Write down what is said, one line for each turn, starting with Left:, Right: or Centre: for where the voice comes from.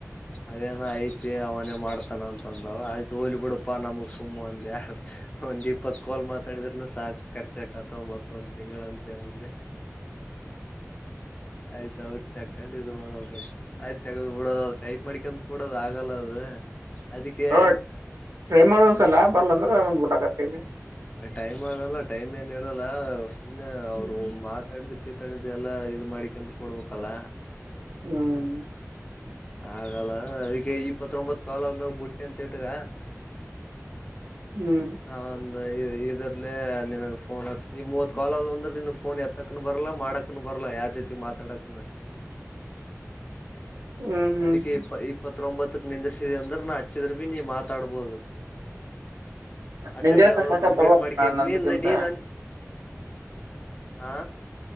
Left: ಅದೇನೊ ಐತಿ ಅವನೇ ಮಾಡ್ತಾನೆ ಅಂತ. ತಂದ ಆಯ್ತು ಒಗಲ್ಲಿ ಬಿಡಪ್ಪ ನಮಗ್ ಸುಮ್ಮ್ ಅಂದೆ. ಒಂದ್ ಇಪ್ಪತ್ ಕೋಲ್ ಮಾತಾಡಿದ್ರರುನು ಸಾಕ್ ಖರ್ಚ ಆಕತವ ಮತ್ತೊಂದ್ ತಿಂಗಳ ಅಂತ ಹೇಳ್ರೆ. ಆಯ್ತ ಅವಟ್ ತಕೊಂಡು ಇದ್ಶಮಾಡ ಆಯ್ತ್ ತೆಗ್ ಬಿಡೊ ಟೈಪ್ ಮಾಡ್ಕಂತ್ ಕೂಡದ ಆಗಲ್ಲ ಅದು ಅದಿಕ್ಕೆ
Right: ಹ್ಮ ಟ್ರೈ ಮಾಡೋಂದಸಲ್ಲ ಬರಲ್ ಅಂದ್ರೆ ಬೂಟಕತ್ತಗೆ
Left: ಟೈಮ್ ಆಗಲ್ಲ ಟೈಮ್ ಏನೂ ಇರಲ್ಲ ಸುಮ್ಮನೆ ಅವರು
Right: ಹ್ಮ್
Left: ಮಾತಾಡ್ದ್ ಪಿತ್ ತ್ತಡ್ದ ಎಲ್ಲಾ ಇದು ಮಾಡಿಕಂತ ಕೊಡ್ಬೇಕಲ್ಲ.
Right: ಹ್ಮ್
Left: ಆಗಲ್ಲ ಅದಕ್ಕೆ ಇಪ್ಪತ್ತೊಂಬತ್ ಕಾಲ್ ಅದನಾಗ ಬುಟ್ಟಿ ಅಂತ ಇಟ್ಗ
Right: ಹ್ಮ್
Left: ನಾವ್ ಒಂದ ಇದರ್ಲೆ ನಿನಗ್ ಫೋನ್ ಹಚ್ ಮೂವತ್ ಕಾಲ್ದ್ ಅಂದ್ರೆ ನೀನ ಫೋನ್ ಎತ್ತ್ ತ್ತಕನೂ ಬರಲ್ಲಾ ಮಾಡಾಕನ್ ಬರಲ್ಲ ಯಾರ್ ಜೊತೆ ಮಾತಾಡಕನೂ.
Right: <unintelligible> ಹ್ಮ್
Left: ಅದಕ್ಕೆ ಇಪ್ ಇಪ್ ಇಪ್ಪತ್ತೊಂಬತ್ತಕ್ ನಿಂದಿರ್ಸಿದ ಅಂದ್ರೆ ನಾ ಹಚ್ಚಿದ್ರರು ಭೀ ನೀನ್ ಮಾತಾಡ್ಬೋದು. ಅಟಟಿಗೆ
Right: ನಿಂದೆ ಫಸ್ಟ್
Left: ನ
Right: ಫಸ್ಟ್
Left: ಕಂಪ್ಲೀಟ್
Right: ತಗೋ
Left: ಮಾಡ್ಕ
Right: ನಂದಕ್ಕಿಂತ
Left: ನೀನ್ ನೀನ್ ಹ